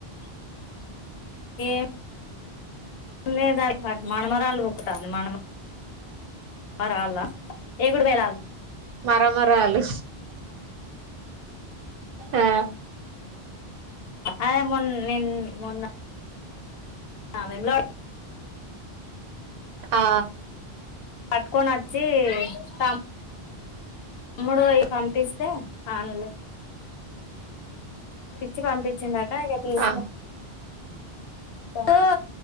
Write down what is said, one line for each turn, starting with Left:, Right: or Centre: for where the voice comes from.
Left: ఏం ఉన్నయేదాంట్ మర్ మనుమరాల్లుబుక్కుతాంది మనుమ మరాల్లా ఏకుడుపేళాలు
Right: మరమరాలు ఆ
Left: అదే మొన్ నేను మొన్న ఆ వేములట్
Right: ఆ
Left: పట్కొనచ్చి తమ్ తమ్ముడు అయి పంపిస్తే ఆళ్ళు ఇచ్చి పంపించిండంట ఇగ తీసుకు
Right: ఆ
Left: తో